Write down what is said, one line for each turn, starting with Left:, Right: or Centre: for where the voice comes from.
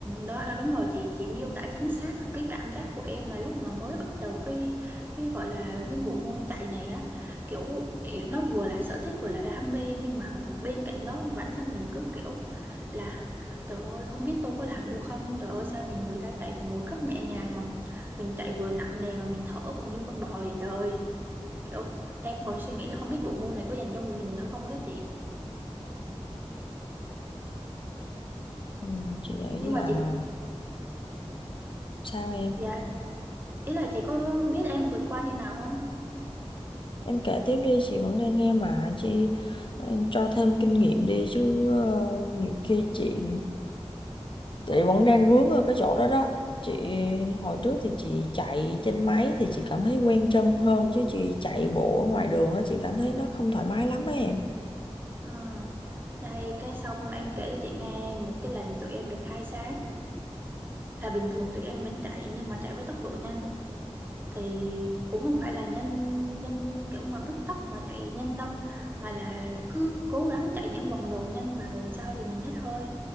Right: đó là đúng rồi chị chị miêu tả chính xác cái cảm giác của em mà lúc mà mới bắt đầu cái cái gọi là cái bộ môn chạy này á kiểu ấy, nó vừa là sở thích vừa là đam mê nhưng mà hằng- bên cạnh đó bản thân mình cứ kiểu là trời ơi không biết tôi có làm được không trời ơi sao nhìn người ta chạy bằng một cách nhẹ nhàng mà mình chạy vừa nặng nề mà mình thở còn như con bò vậy trời ơi. kiểu em còn suy nghĩ là không biết bộ môn này có dành cho mình nữa không đó chị
Left: ừ, chị nghĩ
Right: nhưng
Left: là
Right: mà chị
Left: sao em
Right: dạ ý là chị có biết em vượt qua như nào không
Left: em kể tiếp đi chị vẫn đang nghe mà chị em cho thêm kinh nghiệm đi chứ ờ, nhiều khi chị chị vẫn đang vướng ở cái chỗ đó đó chị hồi trước thì chị chạy trên máy thì chị cảm thấy quen chân hơn chứ chị chạy bộ ở ngoài đường á chị cảm thấy nó không thoải mái lắm á em
Right: ừ Đây, cái xong em kể cho chị nghe một cái lần tụi em được khai sáng là bình thường tụi em vẫn chạy nhưng mà chạy với tốc độ nhanh thì cũng không phải là nhanh nhanh kiểu mà bứt tốc mà chạy nhanh đâu mà là cứ cố gắng chạy những vòng đầu nhanh và vòng sau thì mình hít hơi